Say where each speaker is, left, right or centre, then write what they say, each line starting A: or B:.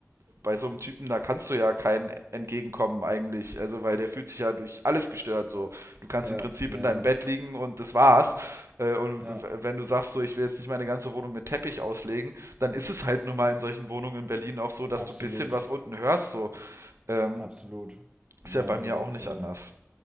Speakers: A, on the right; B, on the right.
A: bei so einem Typen, da kannst du ja kein Entgegenkommen eigentlich, also weil der fühlt sich ja durch alles gestört so. Du kannst
B: Ja,
A: im Prinzip
B: ja,
A: in deinem
B: ja.
A: Bett liegen und das war's. Äh, und
B: Ja,
A: w- wenn du sagst so, ich will jetzt nicht meine ganze Wohnung mit Teppich auslegen, dann ist es halt nun mal in solchen Wohnungen in Berlin auch so, dass
B: absolut.
A: du ein bisschen was unten hörst so. Ähm,
B: Absolut.
A: ist
B: Ja,
A: ja bei
B: nee,
A: mir
B: das,
A: auch nicht
B: äh,
A: anders.